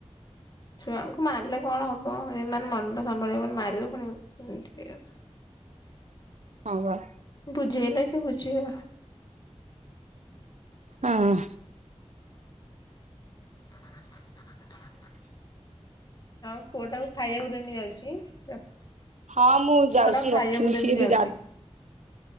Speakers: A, on the left; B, on the right.
A: ଛୁଆଙ୍କୁ ମାରିଲେ କଣ ହବ ଏ ମନଟା ସମ୍ଭାଳିହବନି ମାରିବ ପୁଣିତି ଏମିତି ଆଉ।
B: ହଁପା।
A: ବୁଝେଇଲେ ସେ ବୁଝିବ।
B: ହଁ।
A: ତମ ଆଉ ପୁଅ ଟାକୁ ଖାଇବାକୁ ଦେମି ଯାଉଚି ରଖିଚି।
B: ହଁ ମୁଁ ଯାଉଛି
A: ପୁଅଟାକୁ
B: ରଖିମି
A: ଖାଇବାକୁ
B: ସିଏ
A: ଦେମି
B: ବି
A: ଯାଉଚି।
B: ଗା